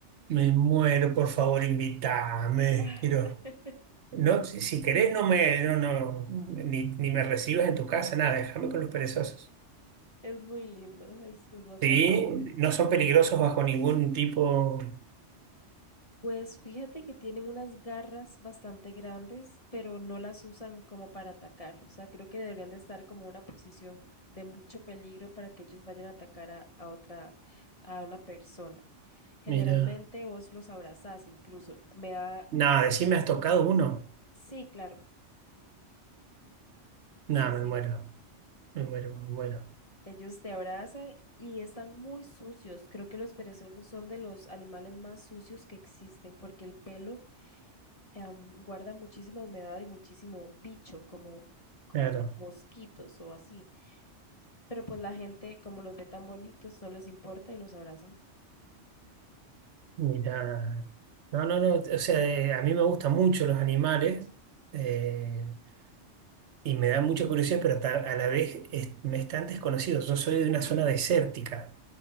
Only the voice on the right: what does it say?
me muero, por favor, invítame.
Quiero. No, si, si querés, no me, no, no, ni, ni me recibas en tu casa, nada, déjame con los perezosos.
Sí, no son peligrosos bajo ningún tipo.
Mira.
Nada, decime, ¿has tocado uno?
Nada,
me muero, me muero, me muero.
Claro,
mira. No, no, no. O sea, eh, a mí me gustan mucho los animales eh, y me da mucha curiosidad, pero ta- a la vez es- me es tan desconocido. Yo soy de una zona desértica,